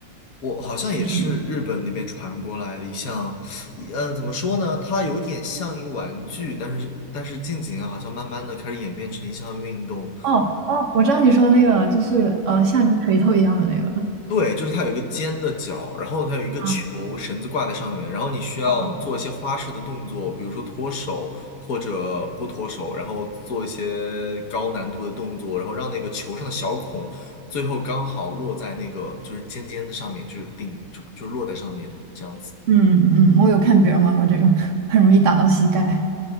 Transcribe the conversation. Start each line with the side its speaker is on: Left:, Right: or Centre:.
Left: 我好像也是日本那边传过来的一项，
Right: 是什么？
Left: 一呃，怎么说呢？它有点像一个玩具，但是但是近几年好像慢慢的开始演变成一项运动。
Right: 哦哦，我知道你说的那个，就是呃，像一个锤头一样的那个。
Left: 对，就是它有一个尖的角，然后它有一个球绳子挂在上面，
Right: 啊。
Left: 然后你需要做一些花式的动作，
Right: 哦。
Left: 比如说脱手或者不脱手，然后做一些高难度的动作，然后让那个球上的小孔最后刚好落在那个就是尖尖的上面，就是顶就就是落在上面这样子
Right: 嗯嗯，嗯我有看别人玩过这个，<laughs> 很容易打到膝盖